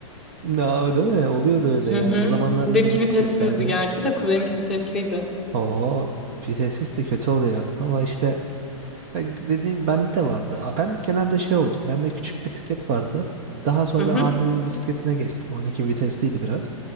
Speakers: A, on the right; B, in the centre.
A: Na, değil mi? Oluyordu öyle
B: Hı
A: yani.
B: hı.
A: O zamanlar
B: Benimki
A: yeni bisikletlerde.
B: vitessizdi gerçi de kuzenimki vitesliydi.
A: Oo, vitesis de kötü oluyor. Ama işte e, dediğim bende de vardı. A, Ben genelde şey oldu. Bende küçük bisiklet vardı. Daha sonra
B: Hı hı.
A: abimin bisikletine geçtim. 12 vitesliydi biraz.